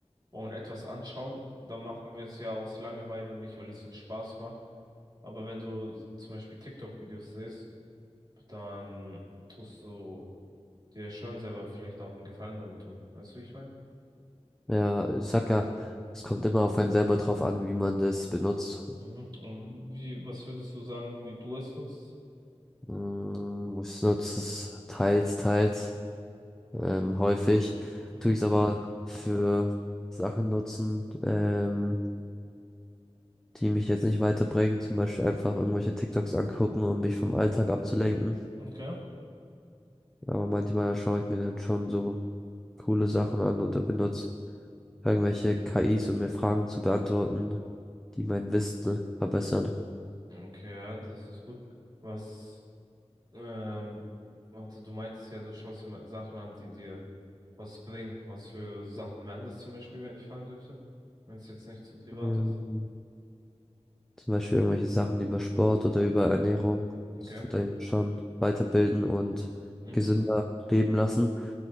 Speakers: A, on the right (about 40°); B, in the centre.
A: und etwas anschauen, dann machen wir es ja aus Langeweile und nicht, weil es uns Spaß macht. Aber wenn du s- zum Beispiel TikTok-Videos siehst, dann tust du dir schon selber vielleicht auch einen Gefallen damit tun. Weißt du, wie ich meine?
B: ja, ich sag ja, es kommt immer auf einen selber drauf an, wie man das benutzt.
A: Mhm. Und wie, was würdest du sagen, wie du es nutzt?
B: Mm, Ich nutze es teils, teils, ähm, häufig.
A: Mhm.
B: Tue ich es aber für Sachen nutzen, ähm, die mich jetzt nicht weiterbringen. Zum Beispiel einfach irgendwelche TikToks angucken, um mich vom Alltag abzulenken.
A: Okay.
B: Aber manchmal schaue ich mir dann schon so coole Sachen an oder benutze irgendwelche KIs, um mir Fragen zu beantworten, die mein Wissen verbessern.
A: Okay, ja, das ist gut. Was Ähm, warte, du meintest ja, du schaust dir mal Sachen an, die dir was bringen. Was für Sachen wären das zum Beispiel, wenn ich fragen dürfte? Wenn es jetzt nicht zu privat
B: Ähm,
A: ist.
B: Zum Beispiel irgendwelche Sachen über Sport oder über Ernährung.
A: Okay.
B: Das tut einen schon weiterbilden und
A: Mhm.
B: gesünder leben lassen.